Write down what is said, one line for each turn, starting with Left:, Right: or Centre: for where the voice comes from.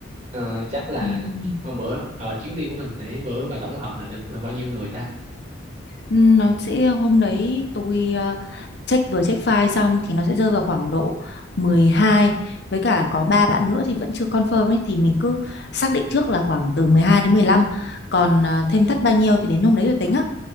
Right: Ờ, chắc là
Left: Ừm,
Right: hôm bữa ở chuyến đi của mình nãy bữa bà tổng hợp là được là bao nhiêu người ta?
Left: Ừ, Nó sẽ hôm đấy tôi ờ, check vừa check file xong thì nó sẽ rơi vào khoảng độ 12 với cả có ba bạn nữa thì vẫn chưa confirm ấy thì mình cứ xác định trước là khoảng từ 12 đến 15, còn ờ, thêm thắt bao nhiêu thì đến hôm đấy rồi tính á.